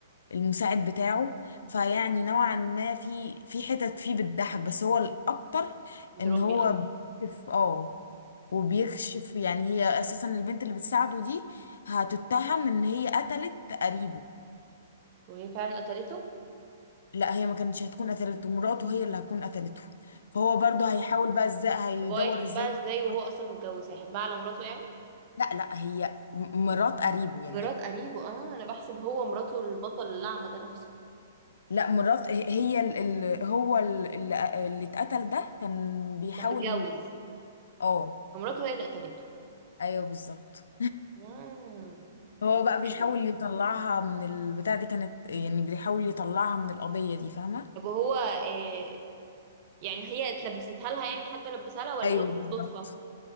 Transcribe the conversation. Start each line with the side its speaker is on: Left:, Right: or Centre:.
Left: المساعد بتاعه فيعني نوعا ما في في حتت فيه بتضحك بس هو الاكتر
Right: درامي
Left: ان هو
Right: اكتر
Left: بيكشف- اه وبيكشف
Right: م-
Left: يعني هي اساسا البنت اللي بتساعده دي هتتهم ان هي قتلت قريبه
Right: وهي فعلا قتلته
Left: لا هي ما كانتش هتكون قتلته مراته هي اللي هتكون قتلته فهو برضه هيحاول بقى ازاي هيدور
Right: طب هو هيحبها
Left: ازاي إن
Right: ازاي وهو
Left: هو-
Right: اصلا متجوز هيحبها على مراته يعني
Left: لا لا هي م- مرات قريبه يعني
Right: مرات قريبه اه انا بحسب هو مراته البطل الأعمى ده نفسه
Left: لا مرات هي هي ال- ال- هو ال- ال- اللي اتقتل ده كان بيحاول
Right: كان متجوز
Left: ان اه
Right: فمراته هي اللي قتلته
Left: ايوه بالظبط
Right: آه.
Left: هو
Right: هي-
Left: بقى بيحاول
Right: حلو ده
Left: يطلعها من البتاع دي كانت يعني بيحاول يطلعها من القضية دي فاهمة
Right: طب هو إيه يعني هي اتلبستها لها يعني حد لبسها لها ولا
Left: ايوه
Right: هي
Left: بالظبط
Right: بالصدفة